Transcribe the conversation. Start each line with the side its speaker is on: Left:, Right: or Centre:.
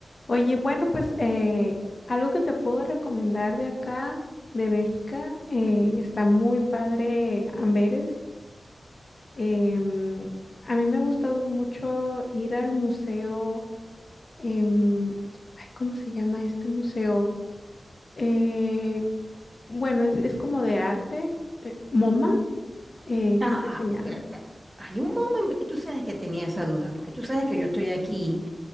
Left: Oye, bueno, pues eh, algo que te puedo recomendar de acá, de Bélgica, eh, está muy padre Amberes. Em, a mí me ha gustado mucho ir al museo, em, ay, ¿cómo se llama este museo? Eh, bueno, es, es como de arte, eh, MoMA, eh,
Right: Ah,
Left: creo que se llama.
Right: ah, pero, ah, hay un momento, tú sabes que tenía esa duda, porque tú sabes que yo estoy aquí